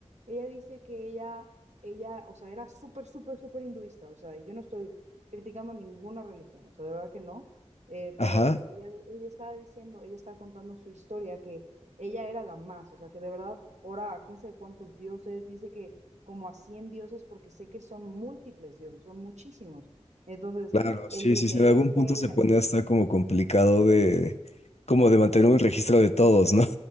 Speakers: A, on the right; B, on the left.
A: ella dice que ella, ella, o sea, era súper, súper, súper hinduista, o sea, y yo no estoy criticando ninguna religión, o sea, de verdad que no, eh,
B: Ajá.
A: pero ella, ella estaba diciendo, ella estaba contando su historia, que ella era la más, o sea, que de verdad oraba a quién sabe cuántos dioses, dice que como a 100 dioses, porque sé que son múltiples dioses, son muchísimos. Entonces,
B: Claro, sí,
A: el dios
B: sí,
A: de
B: sí, en algún
A: este,
B: punto se pone hasta como complicado de, como de mantener un registro de todos, ¿no?